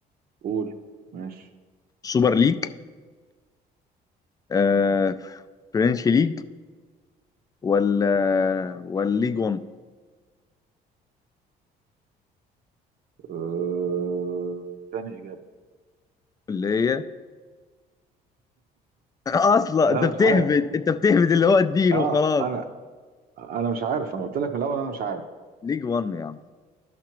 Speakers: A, on the right; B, on the left.
A: قول ماشي
B: سوبر ليج آه... فرنش ليج ولا ولا ليج 1
A: أه... تاني اجابه
B: اللي هي <laughs> اصلا
A: لا
B: انت
A: انا
B: بتهبد
A: مش عارف
B: انت بتهبد اللي هو الدين
A: اه
B: وخلاص
A: انا انا مش عارف انا قلت لك من الاول انا مش عارف
B: ليج 1 يا عم